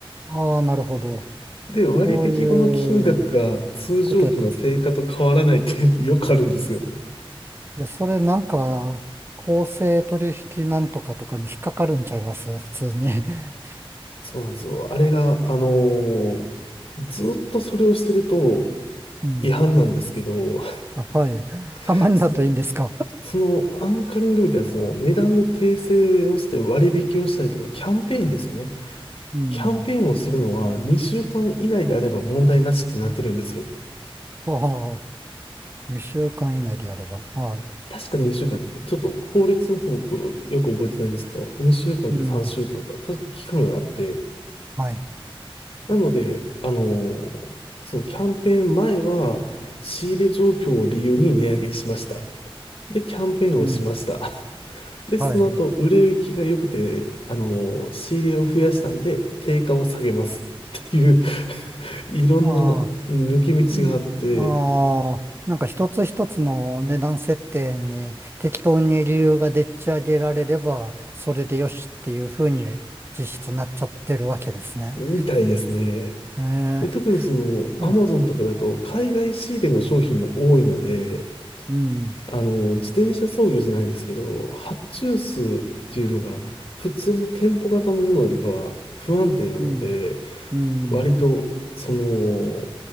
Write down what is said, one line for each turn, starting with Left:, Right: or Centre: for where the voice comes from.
Right: ああ、なるほど。
Left: で、割引後の金額が通常期の定価と変わらないっていうよくあるんですよ。
Right: そういうことやってるんです。いや、それなんか、公正取引なんとかとかに引っかかるんちゃいます普通に。<laughs>
Left: そうなんですよ。あれが、あのーずっとそれをしてると
Right: うん。
Left: 違反なんですけど、
Right: あ、はい。
Left: <laughs>
Right: たまにだといいんですか。
Left: その、そのアンカリングみたいな、その値段の訂正をして割引をしたりとか、キャンペーンですよね。
Right: うん。
Left: キャンペーンをするのは2週間以内であれば問題なしってなってるんですよ。
Right: ああ、2週間以内でやれば。はい。
Left: 確か2週間ですね。ちょっと法律の方僕よく覚えてないんですけど、2週間か3週間かんか、
Right: うん。
Left: 確か期間があって、
Right: はい。
Left: なので、あのーそのキャンペーン前は、仕入れ状況を理由に値上げしました。で、キャンペーンをしました。
Right: うん。
Left: <laughs> で、その後、
Right: はい。
Left: 売れ行きが良くて、あのー仕入れを増やしたんで、定価を下げます。っていう <laughs> いろんな抜け道があって、
Right: ああ。うん、ああ、なんか一つ一つの値段設定に適当に理由がでっち上げられれば、それでよしっていうふうに実質なっちゃってるわけですね。
Left: みたいですね。
Right: ええ、
Left: で、特にその、アマゾンとかだと、
Right: そう、
Left: 海外仕入れの商品も多いので、
Right: うん、
Left: あの、自転車操業じゃないですけど、発注数っていうのが普通の店舗型のものよりかは不安定なので、
Right: うん、うん、
Left: 割とその